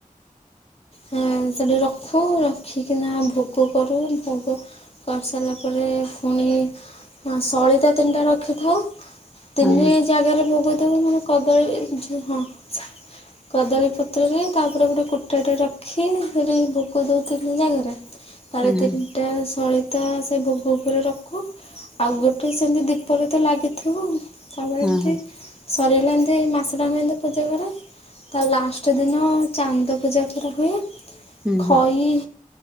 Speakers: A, on the left; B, in the centre.
A: ହେଁ ସେଠି ରଖୁ ରଖିକିନା ଭୋଗ କରୁ ଭୋଗ କରିସାରିଲା ପରେ ପୁଣି ଆଁ ସଳିତା ତିନିଟା ରଖିଥାଉ ତିନି
B: ହଁ
A: ଜାଗାରେ ଭୋଗ ଦବୁ ମାନେ କଦଳୀ ଝୁ ହଁ। କଦଳୀପତ୍ରରେ ତାପରେ ଗୋଟେ କୁଟାଟେ ରଖ ଖୀ ହେଠି ଭୋଗ ଦଉ ତିନି ଜାଗାରେ ତାପରେ
B: ହୁଁ ହୁଁ
A: ତିନିଟା ସଳିତା ସେ ଭୋଗ ଉପରେ ରଖୁ ଆଉ ଗୋଟେ ସେମିତି ଦୀପରେ ତ ଲାଗିଥିବ ତା ପରେ
B: ହଁ
A: ଏମିତି ସରିଗଲା ଏମିତି ମାସଟାଙ୍କ ଏମିତି ପୂଜା କରେ ତା ଲାଷ୍ଟ ଦିନ ଚାନ୍ଦ ପୂଜା ପୂଜା ହୁଏ
B: ହୁଁ
A: ଖଇ